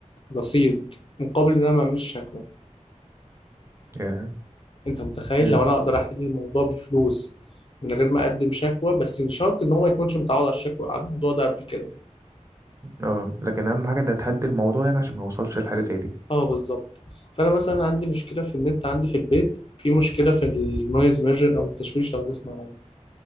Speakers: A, on the left; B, on the right.
A: رصيد مقابل ان انا ما اعملش شكوى
B: yeah.
A: انت متخيل
B: yeah.
A: لو انا اقدر احل الموضوع بفلوس من غير ما اقدم شكوى بس مش شرط ان هو ما يكونش متعود على الشكوى على الموضوع ده قبل كده
B: اه لكن اهم حاجه ده تهدي الموضوع يعني عشان ما يوصلش لحاجه زي دي
A: اه بالظبط فانا مثلا عندي مشكله في النت عندي في البيت في مشكله في النويز ميرجن او التشويش لو تسمع عنه